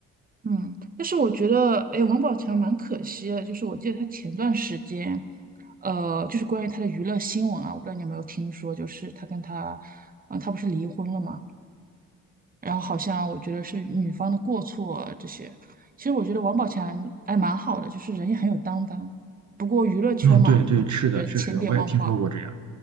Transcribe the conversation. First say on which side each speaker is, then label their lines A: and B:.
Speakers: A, on the right; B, on the right.
A: 嗯，但是我觉得，哎，王宝强蛮可惜的，就是我记得他前段时间，呃，就是关于他的娱乐新闻啊，我不知道你有没有听说，就是他跟他，啊、他不是离婚了嘛，然后好像我觉得是女方的过错啊这些，其实我觉得王宝强还蛮好的，就是人也很有担当，不过娱乐圈嘛，
B: 嗯，对对，是的，
A: 呃，
B: 确实我也听说过这样。
A: 千变万化，